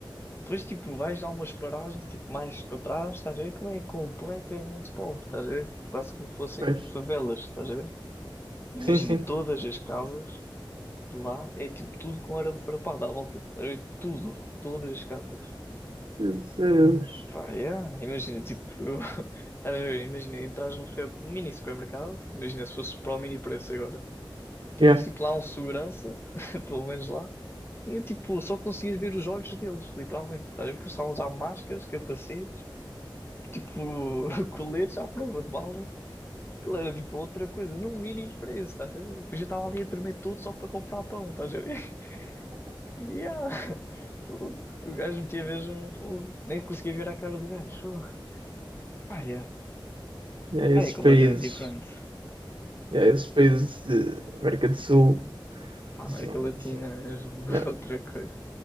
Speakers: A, on the left (about 25°); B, on the right (about 70°).
A: Depois, tipo, vais a umas paragens tipo, mais para trás, estás a ver? Aquilo é completamente pobre, estás a ver? Tipo, quase como fossem
B: pois.
A: favelas, estás a ver? Imagina,
B: Sim, sim.
A: todas as casas de lá é tipo tudo com arame farpado à volta, estás a ver? Tudo, todas as casas.
B: Jesus.
A: Pá, yeah. Imagina, tipo, eu, <laughs> estás a ver? Imagina, entras num super- mini supermercado, imagina se fosse para o mini preço agora. Tinha
B: Yeah.
A: tipo lá um segurança, <laughs> pelo menos lá. Tinha tipo, só conseguias ver os olhos deles, literalmente. Estás a ver que eles estavam a usar máscaras, capacetes, tipo, <laughs> coletes à prova de bala. Aquilo era tipo outra coisa, num mini preço, estás a ver? Depois eu estava ali a tremer todo só para comprar pão, estás a ver? <laughs> Yeah. Fogo. O gajo metia mesmo fogo. Nem conseguia ver a cara do gajo. fogo. Pá, yeah.
B: Yeah, esses
A: É completamente
B: países,
A: diferente.
B: yeah, esses países de América do Sul
A: Pá, América
B: são,
A: Latina
B: são,
A: é mesmo <laughs>
B: yeah,
A: outra coisa.